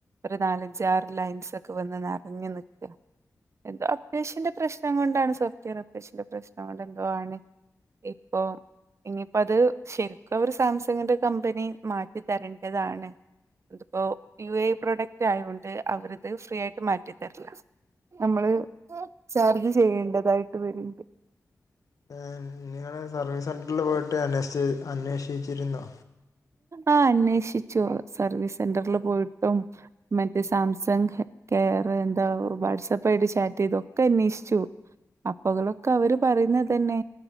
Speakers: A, on the right (about 50°); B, on the left (about 65°).
A: ഒരു നാലഞ്ചാറ് ലൈൻസ് ഒക്കെ വന്ന് നറഞ്ഞു നിക്കാ എന്തോ അപ്ഡേഷന്റെ പ്രശ്നം കൊണ്ടാണ് സോഫറ്റ് വെയർ അപ്ഡേഷന്റെ പ്രശ്നം കൊണ്ട് എന്തോ ആണ്. ഇപ്പോം ഇനിയിപ്പത് ശരിക്കും അവര് സാംസങ്ങിന്റെ കമ്പനി മാറ്റിതരേണ്ടതാണ്. ഇതിപ്പോ യു എ ഇ പ്രൊഡക്റ്റ് ആയോണ്ട് അവരത് ഫ്രീ ആയിട്ട് മാറ്റി തരില്ല. നമ്മള് ചാർജ് ചെയ്യേണ്ടതായിട്ട് വരും ഇത്‌
B: ഏഹ് നിങ്ങള് സർവീസ് സെന്ററിൽ പോയിട്ട് അന്വേഷിച്ച് അന്വേഷിച്ചിരുന്നോ
A: ആഹ് അന്വേഷിച്ചു. സർവീസ് സെന്ററിൽ പോയിട്ടും മറ്റേ സാംസങ് കേറ് എന്താവു വാട്സാപ്പ് ആയിട്ട് ചാറ്റ് ചെയ്തു ഒക്കെ അന്വേഷ്ച്ചു അപ്പകളൊക്കെ അവര് പറയുന്നത് തന്നെ